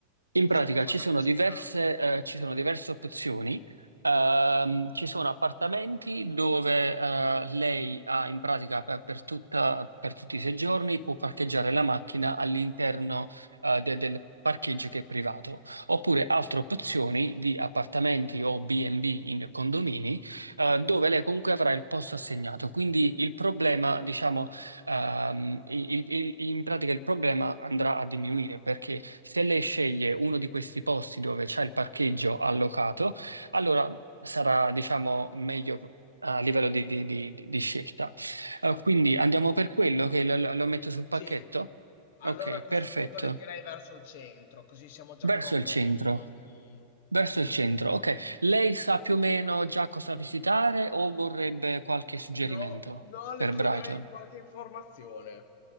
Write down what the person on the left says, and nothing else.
si
può fare
una
passeggiata.
Sì,
allora a questo
punto le direi verso il centro, così siamo già
comodi.
No, no, le
chiederei
qualche informazione.